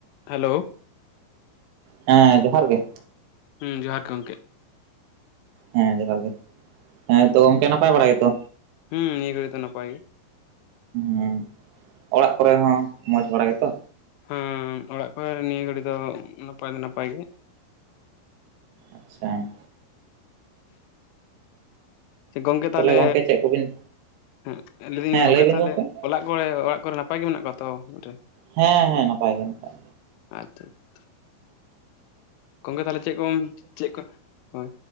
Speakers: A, on the left; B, on the right.
A: Hello
B: ᱦᱮᱸ ᱡᱚᱦᱟᱨ ᱜᱮ ᱾
A: ᱦᱩᱸ ᱡᱚᱦᱟᱨ ᱜᱮ ᱜᱚᱢᱠᱮ ᱾
B: ᱦᱮᱸ ᱡᱚᱦᱟᱨ ᱜᱮ᱾ ᱦᱮᱸ ᱛᱚ ᱜᱚᱝᱠᱮ ᱱᱟᱯᱟᱭ ᱵᱟᱲᱟ ᱜᱮᱛᱚ?
A: ᱦᱩᱸ ᱱᱤᱭᱟᱹ ᱜᱷᱟᱹᱲᱤ ᱫᱚ ᱱᱟᱯᱟᱭ ᱜᱮ ᱾
B: ᱦᱮᱸ ᱚᱲᱟᱜ ᱠᱚᱨᱮ ᱦᱚᱸ ᱢᱚᱸᱡᱽ ᱵᱟᱲᱟ ᱜᱮᱛᱚ?
A: ᱦᱮᱸ ᱚᱲᱟᱜ ᱠᱚᱨᱮ ᱱᱤᱭᱟᱹ ᱜᱷᱟᱹᱲᱤ ᱫᱚ ᱱᱟᱯᱟᱭ ᱫᱚ ᱱᱟᱯᱟᱭ ᱜᱮ‌᱾
B: ᱟᱪᱪᱷᱟ᱾
A: ᱜᱚᱝᱠᱮ ᱛᱟᱦᱚᱞᱮ
B: ᱜᱚᱝᱠᱮ ᱪᱮᱫ ᱠᱚᱵᱤᱱ
A: ᱦᱮ, ᱸ ᱞᱮᱭᱮᱫᱟᱹᱧ
B: ᱦᱮᱸ
A: ᱜᱚᱢᱠᱮ
B: ᱞᱟᱹᱭ ᱵᱤᱱ
A: ᱛᱟᱦᱚᱞᱮ
B: ᱜᱚᱝᱠᱮ
A: ᱚᱞᱟᱜ ᱠᱚᱨᱮ ᱚᱲᱟᱜ ᱠᱚᱨᱮ ᱱᱟᱯᱟᱭ ᱜᱮ ᱢᱮᱱᱟᱜ ᱠᱚᱣᱟ ᱛᱚ <unintelligible> ᱴᱷᱮᱱ?
B: ᱦᱮᱸ ᱦᱮᱸ ᱱᱟᱯᱟᱭ ᱜᱮ ᱱᱟᱯᱟᱭ
A: <unintelligible> ᱜᱚᱝᱠᱮ ᱛᱟᱦᱚᱞᱮ ᱪᱮᱫ ᱠᱚᱢ ᱪᱮᱫ ᱠᱚ ᱦᱚᱭ